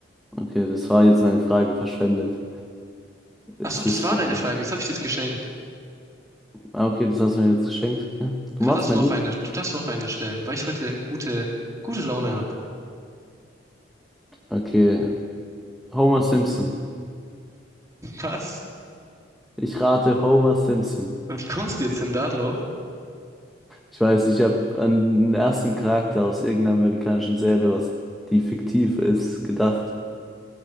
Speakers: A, in the centre; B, on the right.
A: Okay, das war jetzt meine Frage verschwendet. Jetzt
B: Ach so, das
A: bist
B: war
A: du
B: deine
A: dran.
B: Frage. Das habe ich dir jetzt geschenkt.
A: Ah, Okay, das hast du mir jetzt geschenkt. Okay. Du
B: Kannst
A: machst
B: das
A: mein
B: noch
A: Leben.
B: eine, du darfst noch eine stellen, weil ich heute gute, gute Laune habe.
A: Okay, Homer Simpson.
B: Was?
A: Ich rate Homer Simpson.
B: Wie kommst du jetzt denn da drauf?
A: Ich weiß, ich habe an den ersten Charakter aus irgendeiner amerikanischen Serie, was die fiktiv ist, gedacht.